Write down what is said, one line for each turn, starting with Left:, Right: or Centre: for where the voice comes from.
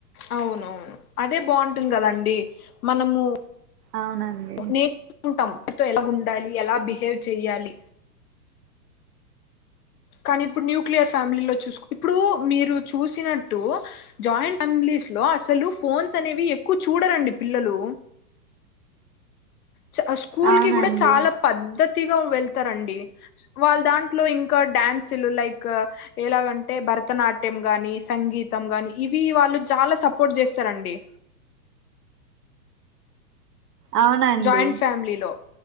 Left: అవునవును అదే బాగుంట ఉంటాం కదాండి మనము
Right: అవునండి
Left: నేర్చుకుంటాం తో ఎలా ఉండాలి ఎలా బిహేవ్ చెయ్యాలి కానీ ఇప్పుడు న్యూక్లియర్ ఫ్యామిలీలో చూసుకో ఇప్పుడు మీరు చూసినట్టు జాయింట్ ఫ్యామిలీస్ లో అసలు ఫోన్స్ అనేవి ఎక్కువ చూడరండి పిల్లలు చ స్కూల్
Right: అవునండి
Left: కి కూడా చాలా పద్దతి పూర్తిగా వెళ్తారండి వాళ్ళ దాంట్లో ఇంకా డ్యాన్సులు లైక్ ఎలాగంటే భరతనాట్యం గానీ సంగీతం గానీ ఇవి వాళ్ళు చాలా సపోర్ట్ చేస్తారండి
Right: అవునండి
Left: జాయింట్ ఫ్యామిలీ లో